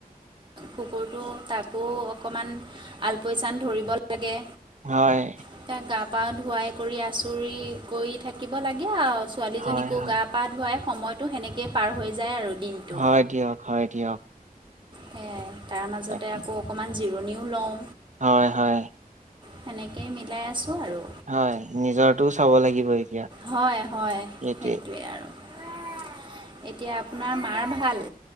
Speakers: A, on the right; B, on the right.
A: কুকুৰটো তাক <unintelligible> আকৌ অকণমান আলপৈচান ধৰিব লাগে
B: হয়
A: এতিয়া গা পা ধুৱাই কৰি আচুৰি কৰি থাকিব লাগে আৰু ছোৱালীজনীকো
B: হয়, হয়,
A: গা পা ধুৱাই সময়টো সেনেকে পাৰ হৈ যায় আৰু দিনটো
B: হয় দিয়ক, হয় দিয়ক।
A: সেয়াই তাৰ মাজতে
B: তাকে,
A: আকৌ অকণমান জিৰণিও লওঁ
B: হয়, হয়,
A: সেনেকেই মিলাই আছোঁ আৰু
B: হয় নিজটোও চাব লাগিব এতিয়া
A: হয় হয়
B: সেইটোৱে।
A: সেইটোৱেই আৰু এতিয়া আপোনাৰ মাৰ ভাল